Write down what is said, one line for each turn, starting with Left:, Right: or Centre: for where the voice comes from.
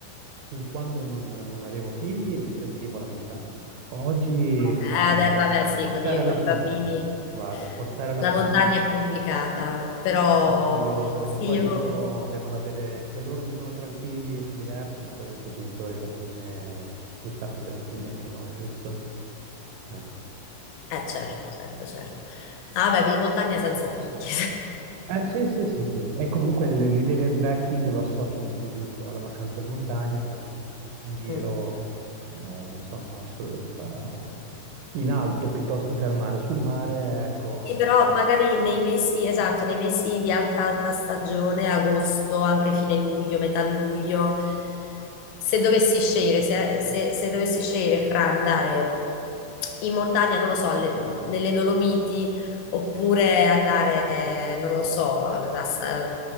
Right: fin quando non, non avevo figli, preferivo la montagna. Oggi
Left: Vabbè,
Right: con
Left: ade-
Right: eh,
Left: vabbè, sì,
Right: portare
Left: con i, con
Right: la fa-
Left: i bambini
Right: guarda, portare la
Left: la
Right: famiglia
Left: montagna è complicata, però
Right: diventa noiosa perché
Left: sì,
Right: poi
Left: io...
Right: loro devono avere, se loro vivono tranquilli e si divertono, poi anche i genitori alla fine si sta più tranquilli anche noi, giusto? Eh.
Left: Eh certo, certo, certo. Ah, vabbè, in montagna senza figli. <laughs>
Right: Eh, sì, sì, sì, sì. E comunque l- l'idea del trekking lo associo di più giusto alla vacanza in montagna, fare un, un giro,
Left: Mm.
Right: eh, insomma, su- fa- in alto piuttosto che al mare. Sul mare, ecco.
Left: Sì, però magari nei mesi, esatto, nei mesi di alta, alta stagione, agosto, anche fine luglio, metà luglio, se dovessi scegliere, se, se- se dovessi scegliere fra andare in montagna, non lo so, alle- nelle Dolomiti, oppure andare, eh, non lo so, a Sa-